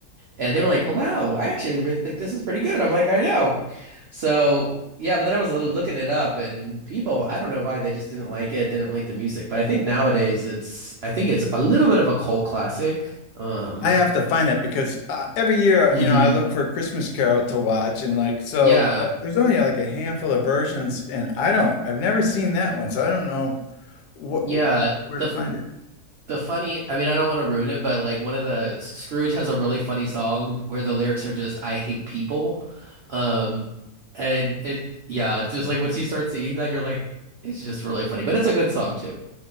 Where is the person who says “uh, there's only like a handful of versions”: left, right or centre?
Left